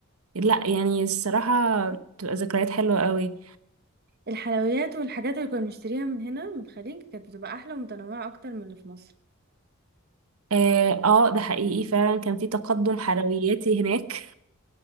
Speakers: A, on the right; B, on the right.
A: لا يعني الصراحه بتبقى ذكريات حلوه قوي
B: الحلويات والحاجات اللي كنا بنشتريها من هنا من الخليج كانت بتبقى احلى ومتنوعه اكتر من اللي في مصر
A: اه آه، ده حقيقي فعلا كان في تقدم حلوياتي هناك